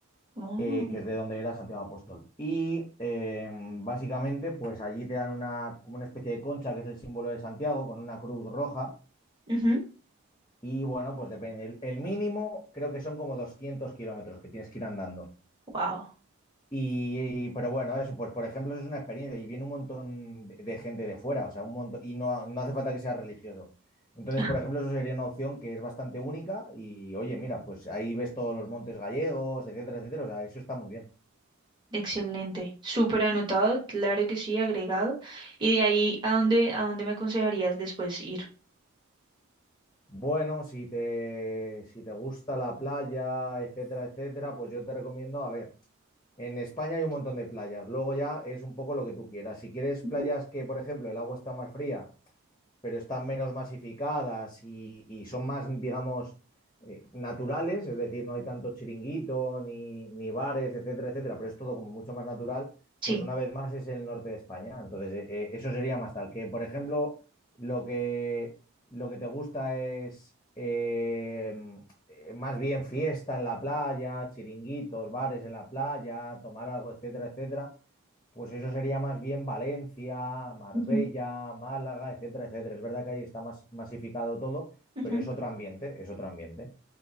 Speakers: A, on the right (about 20°); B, on the left (about 20°).
A: Oh,
B: eh, que es de donde era Santiago Apóstol. Y eh, básicamente, pues allí te dan una, como una especie de concha, que es el símbolo de Santiago, con una cruz roja.
A: ujú.
B: Y bueno, pues depende. El, el mínimo creo que son como 200 kilómetros que tienes que ir andando.
A: Wow.
B: Y, y- pero bueno, eso, pues por ejemplo, eso es una experiencia y viene un montón de, de gente de fuera, o sea, un montón, y no, no hace falta que sea religioso. Entonces,
A: <laughs>
B: por ejemplo, eso sería una opción que es bastante única y oye, mira, pues ahí ves todos los montes gallegos, etcétera, etcétera, o sea, eso está muy bien.
A: Excelente. Súper anotado, claro que sí, agregado. Y de ahí, ¿a dónde, a dónde me aconsejarías después ir?
B: Bueno, si te, si te gusta la playa, etcétera, etcétera, pues yo te recomiendo, a ver, en España hay un montón de playas, luego ya es un poco lo que tú quieras. Si quieres
A: Ujú.
B: playas que, por ejemplo, el agua está más fría pero están menos masificadas y, y son más, digamos, eh, naturales, es decir, no hay tanto chiringuito ni, ni bares, etcétera, etcétera, pero es todo como mucho más natural,
A: Sí.
B: pues una vez más es el norte de España. Entonces, eh, eh, eso sería más tal. Que, por ejemplo, lo que, lo que te gusta es eh, eh, más bien fiesta en la playa, chiringuitos, bares en la playa, tomar algo, etcétera, etcétera. Pues eso sería más bien Valencia, Marbella,
A: Ujú,
B: Málaga, etcétera, etcétera. Es verdad que ahí está más masificado todo,
A: ujú.
B: pero es otro ambiente, es otro ambiente.